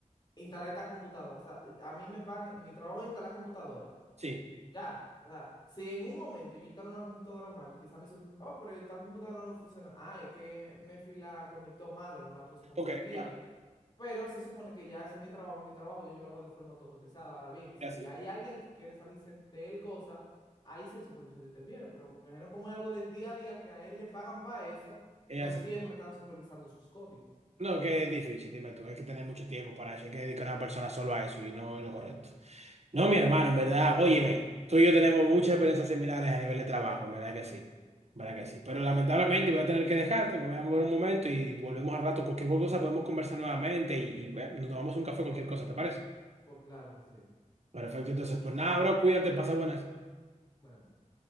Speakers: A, on the left; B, on the right.
A: instalar esta computadora, o sea, a mí me pagan, mi trabajo es instalar computadora,
B: Sí,
A: ya, o sea, si en un momento yo instalo una computadora mal, quizá mi super- oh, pero tal computadora no me funciona, ah, es que me la conectó mal o no la puso como
B: ok,
A: debía,
B: claro,
A: pero se supone que ya ese es mi trabajo y mi trabajo yo, yo lo hago de forma automatizada. Ahora bien, si
B: es así,
A: hay alguien que quiere salirse de él cosa, ahí sí el supervisor interviene, pero me imagino como es algo del día a día que a él le pagan para eso,
B: es
A: no siempre
B: así.
A: están supervisando sus códigos.
B: No, que es difícil, dime tú, hay que tener mucho tiempo para eso, hay que dedicar a una persona solo a eso y no es lo correcto. No, mi hermano,
A: Ah,
B: en verdad, óyeme, tú y yo tenemos muchas experiencias similares a nivel de trabajo, en verdad
A: sí,
B: que sí, en
A: sí.
B: verdad que sí. Pero lamentablemente voy a tener que dejarte, me voy a mover un momento y volvemos al rato. Cualquier cosa podemos conversar nuevamente y, y bueno, nos tomamos un café, cualquier cosa, ¿te parece?
A: Pues claro que sí.
B: Perfecto, entonces, pues nada, bro, cuídate, pasa buenas.
A: Buenas noches.